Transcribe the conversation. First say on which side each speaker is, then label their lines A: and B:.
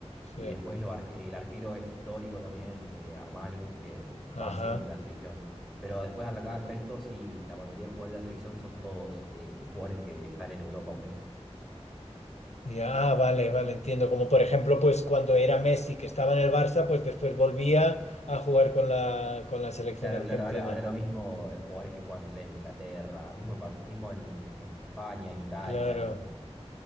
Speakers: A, in the centre; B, on the left.
A: Y
B: sí.
A: después lo arque- el arquero es histórico también, eh, Armani, que va
B: Ajá.
A: siempre a la selección. Pero después al- acá el resto, sí, la mayoría de jugadores de la selección son todos eh, jugadores que están en Europa, por ejemplo.
B: Ya, ah, vale, vale, entiendo. Como por ejemplo, pues cuando era Messi, que estaba en el Barça, pues después volvía a jugar con la, con la selección
A: Claro,
B: argentina.
A: claro, ahora, ahora lo mismo, eh, jugadores que juegan, no sé, en Inglaterra, mismo en, Bar- mismo en, en España, en Italia,
B: Claro,
A: etcétera.